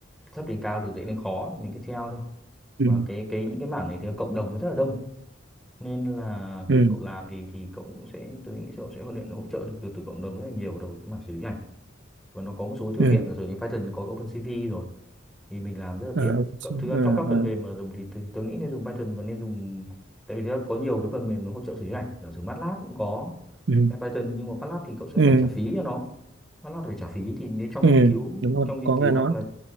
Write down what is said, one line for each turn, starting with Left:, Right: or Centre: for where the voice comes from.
Centre: thấp đến cao từ dễ đến khó mình cứ theo thôi
Right: ừ
Centre: và cái cái những cái mảng này thì cộng đồng nó rất là đông nên là
Right: ừ
Centre: khi cậu làm thì thì cậu cũng sẽ tôi nghĩ cậu sẽ hỗ trợ hỗ trợ được từ, từ cộng đồng rất là nhiều đầu cái mảng xử lý ảnh và nó có một số thư
Right: ừ
Centre: viện là sử dụng Python nó có OpenCV rồi thì mình làm rất là
Right: ờ,
Centre: tiện cậu thực ra
Right: ờ,
Centre: trong các
Right: ờ,
Centre: phần mềm mà dùng thì, thì tôi nghĩ nên dùng Python và nên dùng tại vì thực có nhiều cái phần mềm nó hỗ trợ xử lý ảnh giả sử MATLAB cũng có
Right: ừ
Centre: Python nhưng mà MATLAB thì cậu sẽ
Right: ừ
Centre: phải trả phí cho nó MATLAB phải trả phí thì nếu trong
Right: ừ
Centre: nghiên cứu
Right: đúng rồi
Centre: trong nghiên
Right: có
Centre: cứu
Right: người nói
Centre: hoặc là